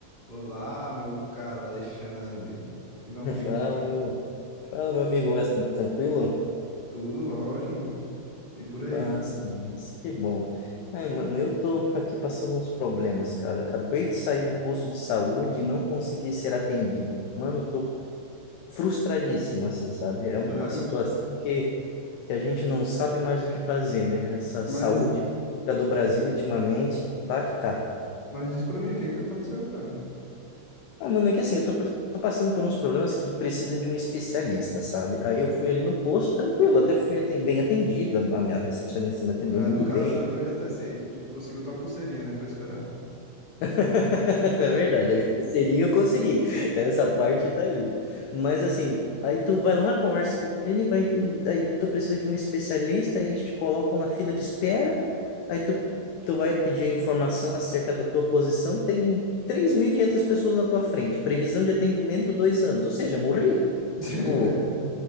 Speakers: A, on the left; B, on the left.
A: Olá, meu caro Alexandre. Finalmente,
B: Fala,
A: cara.
B: meu, fala, meu amigo Weston, tranquilo?
A: Tudo ótimo. E por aí?
B: Massa, massa, que bom. Aí, mano, eu tô aqui passando uns problemas, cara. Acabei de sair do posto de saúde e não consegui ser atendido. Mano, tô frustradíssimo, assim, sabe? É
A: Sério?
B: uma situação que, que a gente não sabe mais o que fazer, né? Essa
A: Mas,
B: saúde pública do Brasil ultimamente tá que tá.
A: mas diz pra mim o que que aconteceu, cara.
B: Ah, mano, é que assim, eu tô, pre- tô passando por uns problemas que precisa de um especialista, sabe? Aí eu fui ali no posto, tranquilo, até fui aten- bem atendida, a minha recepcionista me atendeu
A: Ah,
B: muito
A: no caso,
B: bem.
A: eu já até sei. Tu conseguiu tua pulseirinha, né, pra esperar.
B: <laughs> É verdade, a minha pulseirinha eu consegui. Essa parte tá ali. Mas assim, aí tu vai lá, conversa com o clínico, aí, ele- aí tu precisa de um especialista, aí eles te colocam na fila de espera, aí tu, tu vai pedir a informação acerca da tua posição, tem 3.500 pessoas na tua frente, previsão de atendimento dois anos, ou seja, morri.
A: <laughs>
B: Tipo,